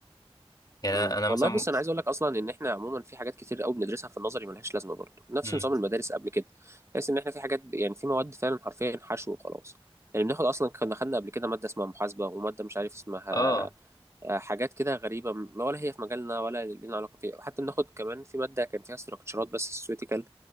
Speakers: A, on the left; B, on the right.
A: يعني
B: امم
A: انا أنا
B: والله
A: مثلا
B: بص
A: ممكن
B: انا عايز اقول لك اصلا ان احنا عموما في حاجات كتير قوي بندرسها في النظري ملهاش لازمه برضه نفس
A: مم.
B: نظام المدارس قبل كده تحس ان احنا في حاجات ب- يعني في مواد فعلا حرفيا حشو وخلاص يعني بناخد اصلا كنا خدنا قبل كده ماده اسمها محاسبه وماده مش عارف اسمها
A: اه
B: آه، حاجات كده غريبه ما ولا هي في مجالنا ولا لنا علاقه فيها حتى بناخد كمان في ماده كان فيها استراكشرات بس سويتيكال